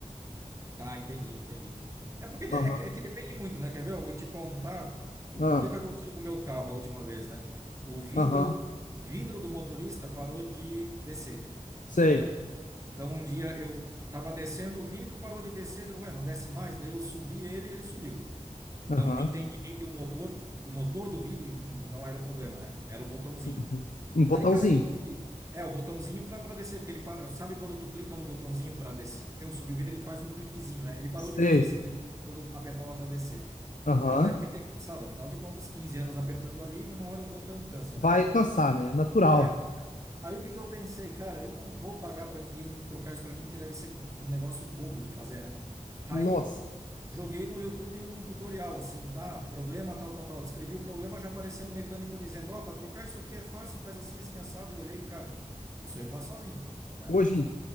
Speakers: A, on the right; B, on the left.
A: Tá, entendi, entendi. É porque de-
B: Aham,
A: é que, é que depende muito, né? Quer ver? Eu vou te contar o,
B: aham,
A: o que que aconteceu com o meu carro a última vez, né? O vidro,
B: aham,
A: o vidro do motorista parou de descer,
B: sei,
A: né? Então um dia eu tava descendo o vidro, parou de descer, deu, ué, não desce mais, daí eu subi ele, ele subiu. Então
B: aham,
A: eu entendi que o motor, o motor do vidro em- em- não era o problema, né? Era o botãozinho.
B: uhum. Um botãozinho,
A: Aí, cara, o que que eu fiz? É, o botãozinho para para descer, porque ele para- sabe quando tu clica no botãozinho para descer ou subir o vidro, ele faz um cliquezinho, né? Ele parou
B: sei,
A: de fazer esse clique quando apertava para descer.
B: aham.
A: Então deve ter cansado, afinal de contas, 15 anos apertando ali, uma hora o botão cansa,
B: Vai
A: né?
B: cansar, né? É natural.
A: É. Aí o que que eu pensei, cara, eu não vou pagar para ninguém trocar isso para mim porque deve ser um negócio bobo de fazer, né? Aí
B: Nossa.
A: joguei no YouTube um tutorial assim, tá? Problema tal, tal, tal. Descrevi o problema, já apareceu um mecânico dizendo, ó, para trocar isso aqui é fácil, faz assim, assim, assado. Eu olhei, cara, isso eu faço sozinho, né?
B: Hoje em...